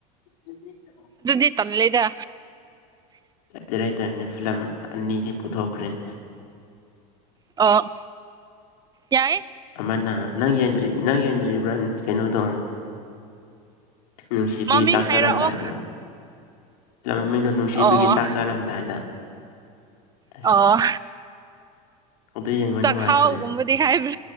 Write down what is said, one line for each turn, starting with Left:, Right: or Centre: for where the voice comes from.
Left: ꯐꯤꯂꯝ
Right: ꯑꯗꯨꯗꯤ ꯇꯜꯂꯦꯗ
Left: ꯗꯥꯏꯔꯦꯛꯇꯔꯅꯦ ꯐꯤꯂꯝ ꯑꯅꯤꯗꯤ ꯄꯨꯊꯣꯛꯈ꯭ꯔꯦ
Right: ꯑꯣ ꯌꯥꯏꯌꯦ
Left: ꯑꯃꯅ ꯅꯪ ꯅꯪ ꯌꯦꯡꯗ꯭ꯔꯤꯕ꯭ꯔꯥ ꯀꯩꯅꯣꯗꯣ ꯅꯨꯡꯁꯤꯕꯤ
Right: ꯃꯃꯤꯡ
Left: ꯆꯥꯛ
Right: ꯍꯥꯏꯔꯛꯑꯣ
Left: ꯆꯥꯔꯝꯗꯥꯏꯗꯣ ꯂꯝꯝꯃꯤꯡꯗꯨ ꯅꯨꯡꯁꯤꯕꯒꯤ
Right: ꯑꯣ
Left: ꯆꯥꯛ ꯆꯥꯔꯝꯗꯥꯏꯗ ꯑꯁ
Right: ꯑꯣ
Left: ꯑꯗꯨ ꯌꯦꯡꯕ
Right: ꯆꯥꯛꯍꯥꯎꯒꯨꯝꯕꯗꯤ
Left: ꯅꯨꯡꯉꯥꯏꯕꯅꯦ
Right: ꯍꯥꯏꯕ